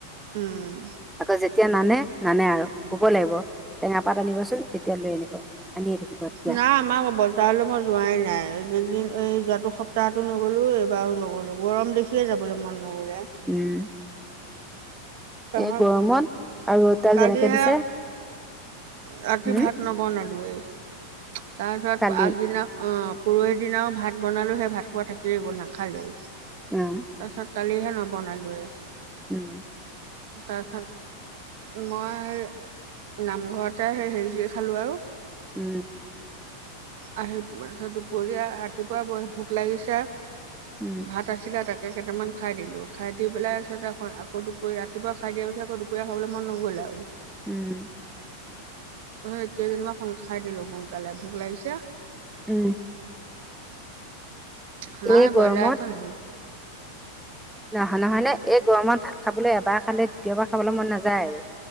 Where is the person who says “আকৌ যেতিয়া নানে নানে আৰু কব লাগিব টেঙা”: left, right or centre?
Centre